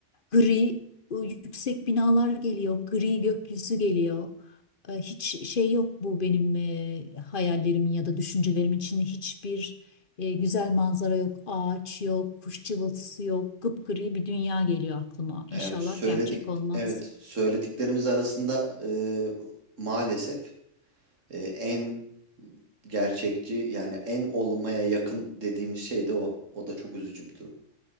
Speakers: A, on the left (about 45°); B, on the right (about 85°).
A: Gri e, yüksek binalar geliyor, gri gökyüzü geliyor. E, Hiç şey yok bu benim e, hayallerimin ya da düşüncelerimin içinde hiçbir e, güzel manzara yok, ağaç yok, kuş cıvıltısı yok, gıpgri bir dünya geliyor aklıma.
B: Evet
A: İnşallah
B: söyledik
A: gerçek olmaz.
B: evet söylediklerimiz arasında e, maalesef e, en gerçekçi yani en olmaya yakın dediğimiz şey de o. O da çok üzücü bir durum.